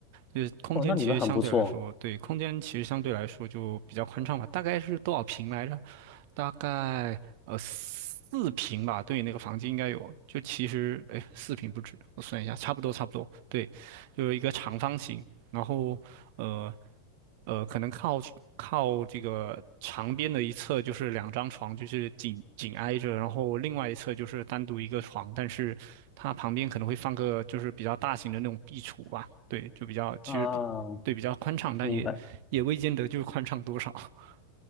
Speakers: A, on the right; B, on the left.
A: 就是空间其实相对来说，
B: 哦，那你们很不错
A: 对，空间其实相对来说就比较宽敞吧。大概是多少平来着？大概呃四平吧，对，那个房间应该有，就其实哎四平不止，我算一下，差不多差不多，对，就是一个长方形，然后呃呃可能靠靠这个长边的一侧就是两张床，就是紧紧挨着，然后另外一侧就是单独一个床，但是它旁边可能会放个就是比较大型的那种壁橱吧，对，就比较其实比对比较宽敞，
B: 啊，
A: 但也也未见得就是宽敞多少。
B: 明白。
A: <laughs>